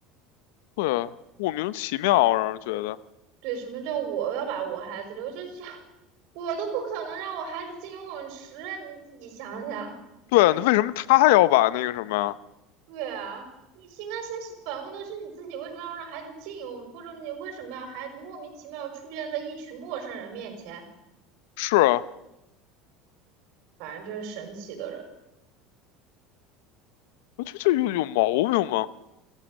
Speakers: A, on the left (about 80°); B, on the right (about 65°).
A: 对啊，莫名其妙让人觉得。
B: 对，什么叫我要把我孩子留？这这，我都不可能让我孩子进游泳池啊，你自己想想。
A: 对啊，那为什么他要把那个什么呀？
B: 对啊，你是应该先是反问的是你自己，为什么要让孩子进游泳池或者你为什么让孩子莫名其妙出现在一群陌生人面前？
A: 是啊，
B: 反正真是神奇的人。
A: 我觉得这有有毛病吗？